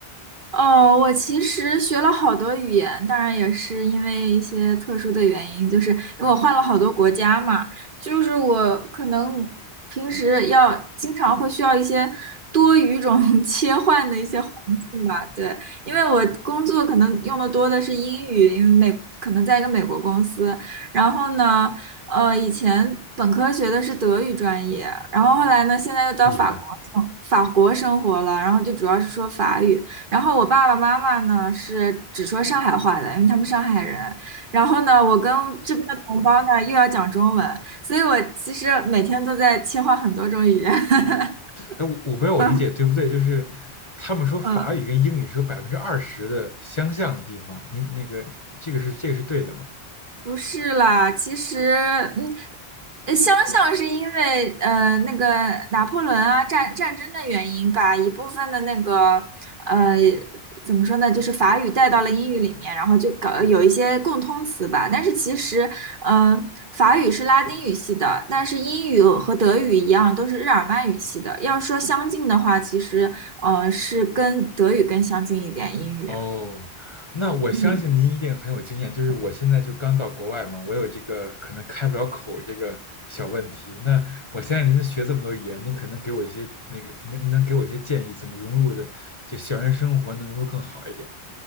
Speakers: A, on the right; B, on the left.
A: 哦，我其实学了好多语言，当然也是因为一些特殊的原因，就是因为我换了好多国家嘛，就是我可能平时要经常会需要一些多语种 <laughs> 切换的一些环境吧，对，因为我工作可能用的多的是英语，因为美可能在一个美国公司，然后呢，呃，以前本科学的是德语专业，然后后来呢，现在又到法国生法国生活了，
B: <laughs> 厉害。
A: 然后就主要是说法语。然后我爸爸妈妈呢是只说上海话的，因为他们上海人。然后呢，我跟这边的同胞呢又要讲中文，所以我其实每天都在切换很多种语言。<laughs>
B: 哎，我我不知道我理解对不对，
A: 嗯
B: 就是他们说法语跟英语是有百分之二十的相像的地方，
A: 嗯。
B: 您那个这个是这个是对的吗？
A: 不是啦，其实，嗯，呃相像是因为呃那个拿破仑啊战战争的原因，把一部分的那个呃怎么说呢，就是法语带到了英语里面，然后就搞有一些共通词吧。但是其实，呃，法语是拉丁语系的，但是英语和德语一样都是日耳曼语系的。要说相近的话，其实呃是跟德语更相近一点，英语。
B: 哦，那我相信您一定很有经验，
A: 嗯。
B: 就是我现在就刚到国外嘛，我有这个可能开不了口这个小问题。那我相信您学这么多语言，您可能给我一些那个能能给我一些建议，怎么融入的就校园生活能融入更好一点。